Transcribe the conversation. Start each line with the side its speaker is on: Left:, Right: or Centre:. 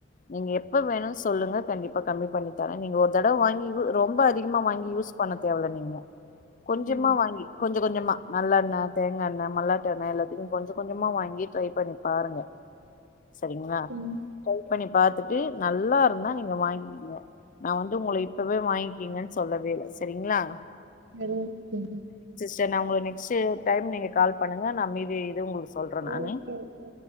Left: நீங்க எப்ப வேணும் சொல்லுங்க கண்டிப்பா கம்மி பண்ணி தரேன் நீங்க ஒரு தடவை வாங்கி ரொம்ப அதிகமா வாங்கி யூஸ் பண்ண தேவல்ல நீங்க கொஞ்சமா
Right: ம்
Left: வாங்கி கொஞ்சம் கொஞ்சமா நல்லெண்ணய் தோங்காயெண்ணய் மல்லாட்ட எண்ணய் எல்லாத்துக்கும் கொஞ்ச கொஞ்சமா வாங்கி ட்ரை பண்ணி பாருங்க சரிங்களா
Right: ம்
Left: ட்ரை பண்ணி பாத்துட்டு நல்லா இருந்தா நீங்க வாங்கிகீங்க நான் வந்து உங்கள இப்பவே வாங்கிக்கீங்கன்னு சொல்லவே இல்ல சரிங்களா
Right: அது
Left: செரி நா உங்களுக்கு நெக்ஸ்ட் டைம் நீங்க கால் பண்ணுங்க நான் மீது இது உங்களுக்கு சொல்றே
Right: ஓ
Left: நானே
Right: ஓ ஓ